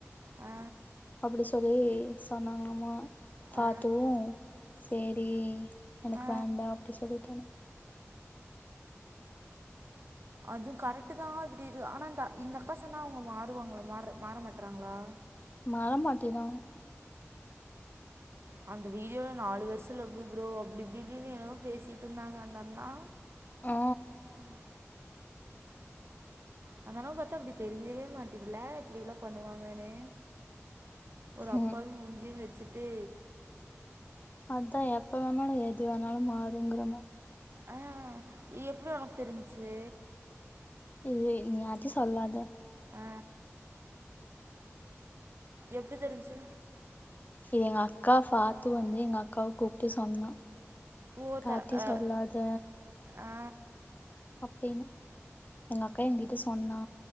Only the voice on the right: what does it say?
ஆ
ஆ
ஆ
அது கரெக்ட்டு தா இப்புடி இது ஆனா இந்த இந்தக்கா சொன்னா அவுங்க மாறுவாங்கள மாற மாற மாட்றாங்களா
அந்த வீடியோல நாலு வர்ஷ லவ்வு ப்ரோ அப்டி இப்டி இப்டினு எனவோ பேசிட்ருந்தாங்க அந்த அ ண்ணா
ம் அந்த அண்ணாவ பாத்தா அப்டி தெரியவே மாட்டிதுல்ல இப்டில்லா பண்ணுவாங்கனு ஒரு
அப்பாவி‌ மூஞ்சி வெச் சுட்டு
அ எப்டி ஒனக்கு தெரிஞ்ச்சு
ஆ எப்டி தெரிஞ்ச்சு
ஓ
த ஆ
ஆ